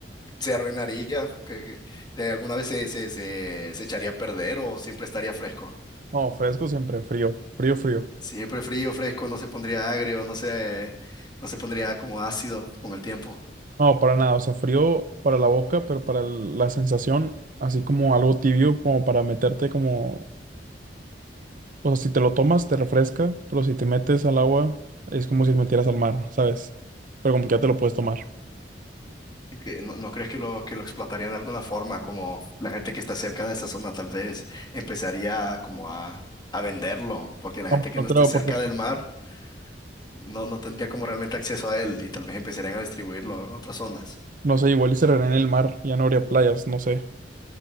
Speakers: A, on the left; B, on the right.
A: se arruinaría, que, que- eh, alguna vez se, se, se, se echaría a perder o siempre estaría fresco.
B: No, fresco siempre, frío, frío, frío.
A: Siempre frío, fresco, no se pondría agrio, no se, no se pondría como ácido con el tiempo.
B: No, para nada, o sea, frío para la boca, pero para el- la sensación, así como algo tibio, como para meterte como O sea, si te lo tomas, te refresca, pero si te metes al agua, es como si te metieras al mar, ¿sabes? Pero como que ya te lo puedes tomar.
A: Y que ¿No, no crees que lo, que lo explotarían de alguna forma? Como la gente que está cerca de esa zona tal vez empezaría como a, a venderlo, porque la
B: No,
A: gente que
B: no
A: no
B: creo,
A: esté cerca
B: porque
A: del mar no, no tendría como realmente acceso a él y tal vez empezarían a distribuirlo en otras zonas.
B: no sé, igual y se en el mar, ya no habría playas, no sé.